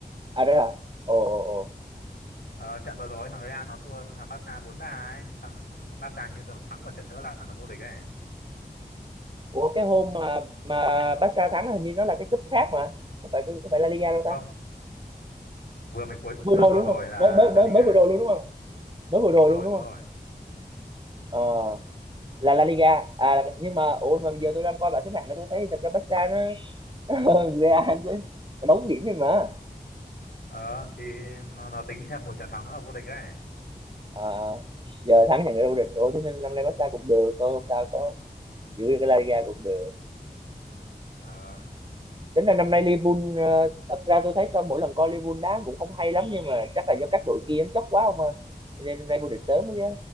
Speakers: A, on the right (about 30°); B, on the left (about 80°).
A: à đó là ồ ồ ồ
B: Ờ, trận vừa rồi thằng Real nó thua thằng Barca bốn ba ấy thằng Barca như còn thắng một trận nữa là nó vô địch ấy
A: ủa cái hôm mà mà Barca thắng là hình như nó là cái cúp khác mà không phải không phải La Liga đâu
B: không
A: ta
B: vừa mới cuối
A: vừa
B: tuần
A: rồi
B: vừa
A: đúng
B: rồi
A: không
B: là
A: mới mới mới
B: La Liga
A: mới vừa rồi luôn đúng không mới vừa rồi
B: đúng rồi
A: luôn đúng
B: đúng
A: không
B: rồi
A: ờ là La Liga à là- nhưng mà ủa mà giờ tôi đang coi bảng xếp hạng đó tôi thấy thật ra Barca nó <laughs> nó hơn Real nó đóng điểm thôi mà
B: ờ thì nó, nó tính thêm một trận thắng nữa ở vô địch ấy
A: à, giờ thắng nhận được vô địch rồi thế nên năm nay Barca cũng được thôi không sao có giữ được cái La Liga cũng được
B: ờ
A: tính là năm nay Liverpool ờ, thật ra tôi thấy sau mỗi lần coi Liverpool đá cũng không hay lắm nhưng mà chắc là do các đội kia nó chóc quá không ơi Cho nên năm nay vô địch sớm ấy chứ